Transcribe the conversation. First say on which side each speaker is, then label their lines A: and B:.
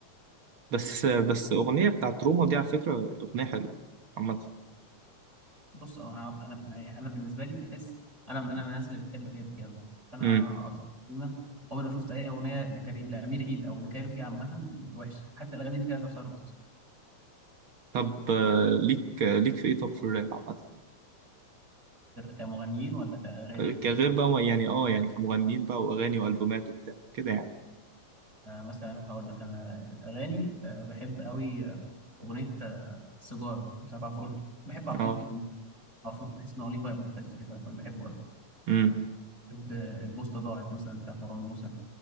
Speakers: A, on the right; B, on the right.
A: بس بس أغنية بتاعت روما دي على فكرة أغنية حلوة عامة
B: بص اه انا يعني انا بالنسبه لي بحس انا انا من الناس اللي بتحب كايروكي قوي انا
A: امم
B: اعتقد إن أنا عمري ما شفت اي اغنيه لكري... لامير عيد او لكايروكي عامه وحشه حتى الاغاني اللي فيها زاب ثروت
A: طب آه، ليك آه، ليك في إيه طب في الراب عامة
B: كمغنيين ولا كاغاني
A: آه، كغير بقى ما- يعني آه يعني كمغنيين بقى وأغاني وألبومات وبتاع كده يعني
B: آه مثلا هقول لك انا الاغاني آه بحب قوي آه، اغنيه آه، سيجاره بتاعت عفروتو بحب عفروتو
A: آه
B: عفروتو بحس ان هو ليه فايب مختلف كده فانا بحبه قوي
A: امم
B: بحب آه، البوصله ضاعت مثلا بتاعت مروان موسى